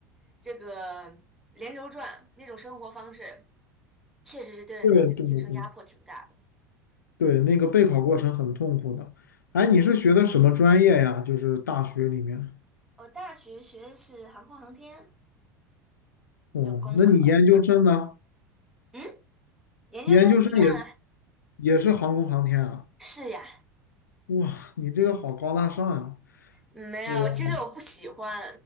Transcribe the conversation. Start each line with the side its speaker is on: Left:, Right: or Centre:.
Centre: 这个连轴转那种生活方式，确实是对人的这个精神压迫挺大的。
Left: 对对对对，对那个备考过程很痛苦的。哎，你是学的什么专业呀？就是大学里面。
Centre: 我大学学的是航空航天，
Left: 哦，
Centre: 有工科，
Left: 那你研究生呢？
Centre: 嗯，研究生一样啊，
Left: 研究生也也是航空航天啊？
Centre: 是呀，
Left: 哇，你这个好高大上呀！
Centre: 嗯没有，
Left: 我。
Centre: 其实我不喜欢，